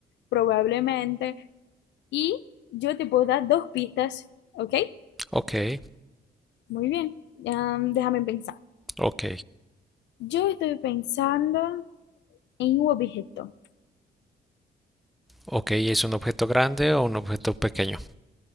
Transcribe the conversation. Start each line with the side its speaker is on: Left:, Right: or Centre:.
Left: probablemente. Y yo te puedo dar dos pistas, ¿ok?
Centre: Ok,
Left: Muy bien, Am, déjame pensar.
Centre: ok,
Left: Yo estoy pensando en un objeto.
Centre: ok, ¿es un objeto grande o un objeto pequeño?